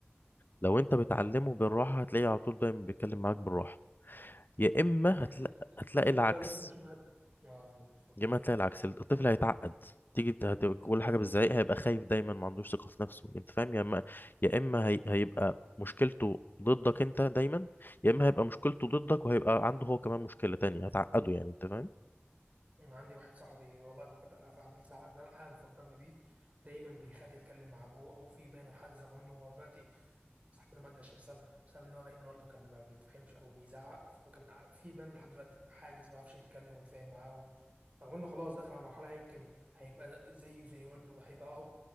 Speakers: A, on the left; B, on the right.
A: لو انت بتعلمه بالراحة هتلاقيه على طول دايما بيتكلم معاك بالراحة يا اما
B: يعني
A: هتلاقي هتلاقي
B: الموضوع
A: العكس
B: اللي احنا بنشوفه اه اتفضل اتفضل
A: يا اما هتلاقي العكس الطفل هيتعقد تيجي ت- هت- كل حاجة بالزعيق هيبقى خايف دايما ما عندوش ثقة في نفسه انت فاهم يا اما يا اما هي... هيبقى مشكلته ضدك انت دايما يا اما هيبقى مشكلته ضدك وهيبقى عنده هو كمان مشكلة تانية هتعقده يعني انت فاهم
B: انا عندي واحد صاحبي والله فكرت حالي حالا مفكرني بيه دايما بيخاف يتكلم مع ابوه او في بينه حاجز رغم انه هو دلوقتي صاحبي ده معدي 20 سنه بسبب ان هو دايما والده كان ما بيتفهمش او بيزعق فهو كان ع- في بينه لحد دلوقتي حاجز ما يعرفش يتكلم ويتفاهم معاه رغم انه خلاص دخل على مرحله يمكن هيبقى زيه زي والده هيبقى اب